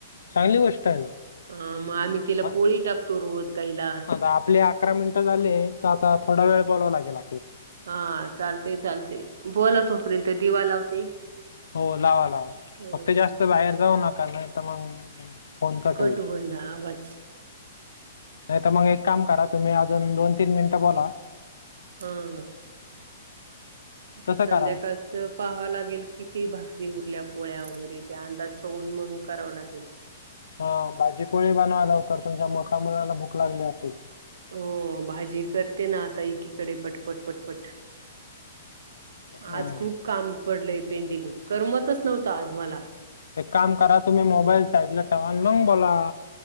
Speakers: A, on the left; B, on the right.
A: चांगली गोष्ट आहे ना
B: अ मग आम्ही तिला
A: हा?
B: पोळी टाकतो रोज गाईला
A: आता आपले अकरा मिनिटं झाले तर आता थोडा वेळ बोलावं लागेला
B: हा चालतय चालतय बोलावतोपर्यंत दिवा लावते
A: हो लावा लावा
B: हम्म.
A: फक्त जास्त बाहेर जाऊ नका नाही तर मग फोन
B: कट
A: होईल
B: होवून जाणार बंस
A: नाही तर मग एक काम करा तुम्ही अजून दोन तीन मिनिटं बोला
B: हा हा आता
A: तसं
B: संध्याकाळचं
A: करा
B: पाहावं लागेल किती भाकरी उरल्या पोळ्या वगैरे ते अंदाज बघून मग करावं लागेल
A: हा भाजीपोळी बनवायल्या लवकर तुमच्या मोठ्या मुलाला भूक लागली असेल
B: हो भाजी करते ना आता एकीकडे पटपट पटपट
A: अं,
B: आज खूप काम पडलंय पेंटिंग करमतच नव्हतं आज मला
A: एक काम करा तुम्ही मोबाईल साईडला ठेवा आणि मग बोला